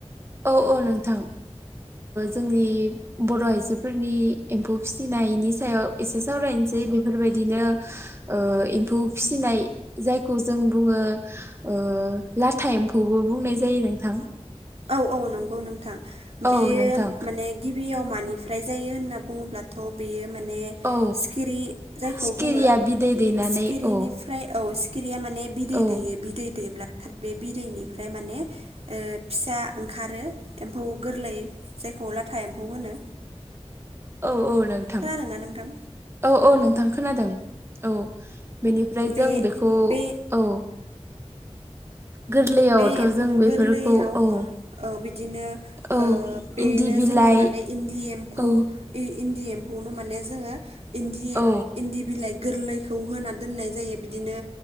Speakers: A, on the right; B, on the right.
A: औ औ नोंथां। जोंनि बर' आइजोफोरनि एम्फौ फिसिनायनि सायाव एसे सावराय मोसे बेफोरबायदिनो ओ एम्फौ फिसिनाय जायखौ जों बुङो ओ लाथा एम्फौबो बुंनाय जायो नोंथां।
B: औ औ नंगौ नोंथां बेयो
A: औ नोंथां
B: माने गिबियाव मा बेनिफ्राय जायो होनना बुङोब्लाथ' बे माने
A: औ
B: सिखिरि जायखौ
A: सिखिरिया
B: बुङो
A: बिदै दैनानै
B: सिखिरिनिफ्राय
A: औ
B: औ सिखिरिया माने बिदै
A: औ
B: दैयो बिदै दैब्ला बे बिदैनिफ्राय माने ओ फिसा ओंखारो एम्फौ गोरलै जायखौ लाथा एम्फौ होनो।
A: औ औ नोंथां
B: खोनादोंना नोंथां
A: औ औ नोंथां खोनादों औ बेनिफ्राय
B: बे
A: जों बेखौ
B: बे
A: औ। गोरलैयावथ'
B: बे एम्फौ
A: जों बेफोरखौ
B: गोरलैयाव
A: औ।
B: औ बिदिनो ओ
A: औ
B: बेनो
A: इन्दि बिलाइ
B: जोङो माने इन्दि एम्फौ
A: औ
B: इ इन्दि एम्फौनो माने जोङो इन्दि
A: औ
B: इन्दि बिलाइ गोरलैखौ होना दोननाय जायो बिदिनो